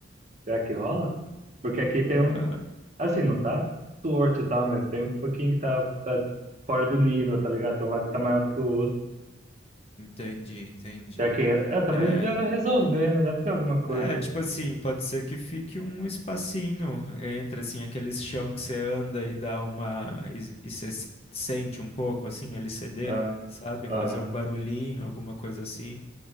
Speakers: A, on the right; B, on the left.
A: será que rola? Porque aqui tem um,
B: Ah,
A: assim, não tá torto e tal, mas tem um pouquinho que tá, tá fora do nível, tá ligado? Tem um lá que tá maior do que o outro.
B: entendi, entendi.
A: Será que, é, talvez
B: É.
A: deva resolver, né? Deve ter alguma coisa.
B: É, tipo assim, pode ser que fique um espacinho entre, assim, aquele chão que você anda e dá uma... E, e você s- sente um pouco, assim, ele ceder,
A: Ah,
B: sabe?
A: aham.
B: Fazer um barulhinho, alguma coisa assim.